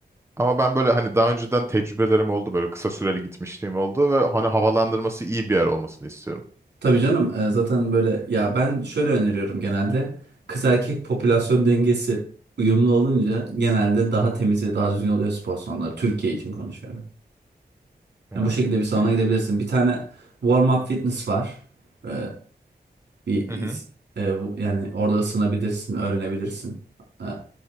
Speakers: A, on the right; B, on the right.
A: Ama ben böyle hani daha önceden tecrübelerim oldu böyle kısa süreli gitmişliğim oldu ve hani havalandırması iyi bir yer olmasını istiyorum.
B: Tabii canım e, zaten böyle ya ben şöyle öneriyorum genelde kız erkek popülasyon dengesi uyumlu olunca genelde daha temiz ve daha düzgün oluyor spor salonları. Türkiye için konuşuyorum.
A: Ya,
B: Yani bu şekilde bir salona
A: iyi.
B: gidebilirsin. Bir tane warm up fitness var. Ee, bir
A: Hı
B: is-
A: hı.
B: e, bu- yani orada ısınabilirsin, öğrenebilirsin. Ee,